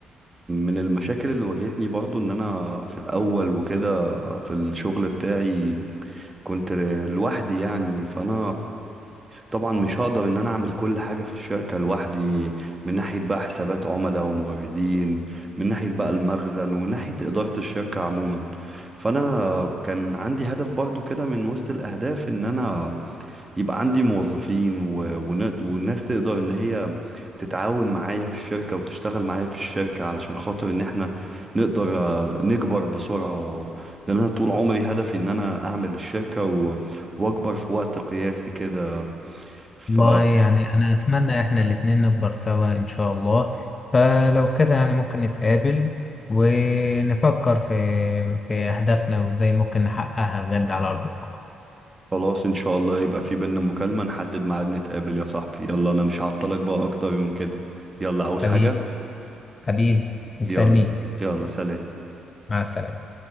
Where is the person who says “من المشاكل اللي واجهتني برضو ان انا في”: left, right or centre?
Right